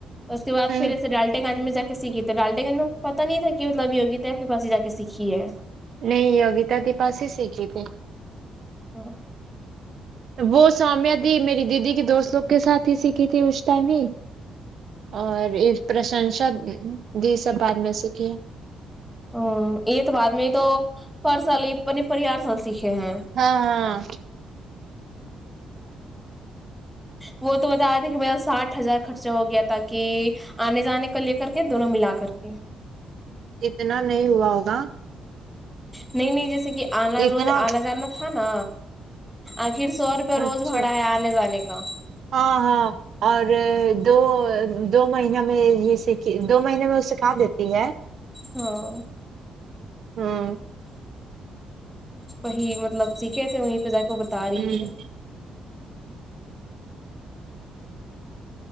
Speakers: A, in the centre; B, on the right.
A: اس کےبعد
B: ہ
A: پھر اسے ڈالٹے گانے میں جا سیکھی تو ڈالڈے گن م پتہ نہیں تھا کی مطلبی ہوگیتا ہے کہ پاس جا کے سیکھی ہے
B: نہیں یوگیتا کے پاس ہی سیکھی تھی تھی
A: ہا
B: وہ سامیہ دی میری دیدی کی دوست لوگ کے ساتھ ہی سیکھی تھی اس ٹائم ہی اور یے پرشنسا دی سب بعد میں سیکھے
A: او یے تو بعد میں یے تو پر سال ہی اپنی پار سال سیکھے ہیں
B: ہاں ہاں
A: وہ تو بتا رہے تھے کی میرا ساٹھ ہزار خرچہ ہو گیا تھا کی آنے جانے کو لے کر کے دونوں ملا کر کے
B: اتنا نہیں ہوا ہوگا
A: نہیں نہیں جیسے کی آنا
B: اتنا
A: روز آنا جانا تھا نا آخر سو روپیہ
B: اچھا
A: روز بھڑا ہے آنے جانے کا
B: ہاں ہاں اور دو دو مہینہ میں یے سیکھی دو مہینے میں وه سکھا دیتی ہے
A: ہاں
B: ہمم
A: وہی مطلب سیکھے تھے وہیں پے جاکے بتا رہی
B: ہوں
A: تھی